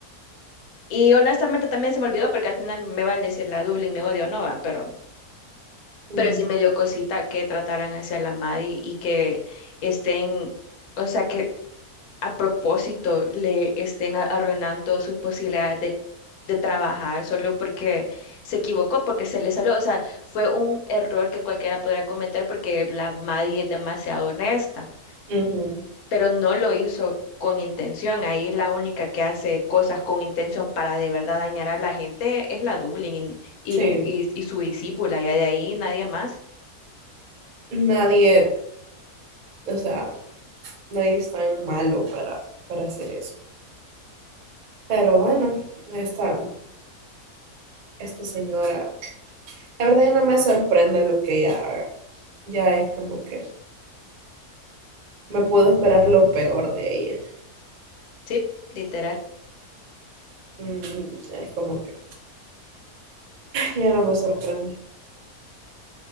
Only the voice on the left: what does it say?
Y honestamente también se me olvidó porque al final me vale si la Dublin me odia o no, va, pero,
pero sí me dio cosita que trataran hacia la Maddie y que estén, o sea, que a propósito le estén a- arruinando sus posibilidades de, de trabajar solo porque se equivocó, porque se le salió, o sea, fue un error que cualquiera podrá cometer porque la Maddie es demasiado honesta.
pero no lo hizo con intención. Ahí la única que hace cosas con intención para de verdad dañar a la gente es la Dublín y,
y, y su discípula, y de ahí nadie más.
Sí, literal.